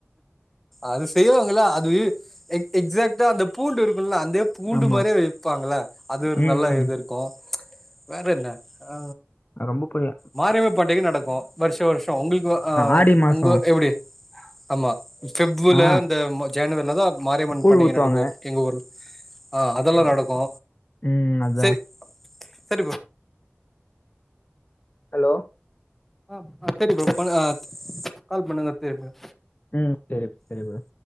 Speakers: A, in the centre; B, on the left.
A: அது செய்வாங்கல்ல அது எக் எக்ஸாக்ட்டா அந்த பூண்டு இருக்குல்ல அதே பூண்டு
B: ஆமா
A: மாறியே வெப்பாங்கல்ல அது ஒரு
B: ம்
A: நல்ல
B: ம்
A: இது கோ வேற என்ன ஆ
B: ரொம்ப புரிய
A: மாரியம்மன் பண்டிகை நடக்கும் வருஷோ வருஷோ உங்களுக்கு ஆ
B: ஆடி மாசம்
A: அங்க எப்டி ஆமா ஃவெப்புல
B: ஆ
A: அந்த ஜென்வரில தா மாரியம்மன்
B: கூழ்
A: பண்டிகை
B: ஊத்துவாங்க
A: நடக்கும் எங்க ஊர்ல ஆ அதெல்லா நடக்கு
B: ம் அதான்
A: சேரி சேரி இப்போ
B: ஹலோ
A: ஆ சேரி ப்ரோ பண்ணு ஆ கால் பண்ணுங்க திருப்பியு
B: உம் சேரி சேரி ப்ரோ